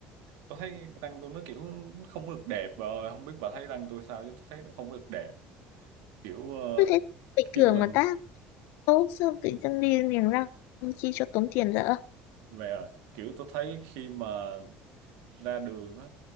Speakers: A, on the right; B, on the left.
A: tôi thấy răng tôi nó kiểu không được đẹp bà ơi, không biết bà thấy răng tôi sao chứ tôi thấy nó không được đẹp. Kiểu ờ,
B: Tôi thấy bình
A: khi
B: thường
A: mình
B: mà ta, ô sao tự dưng đi niềng răng chi cho tốn tiền dở?
A: về kiểu tôi thấy khi mà ra đường á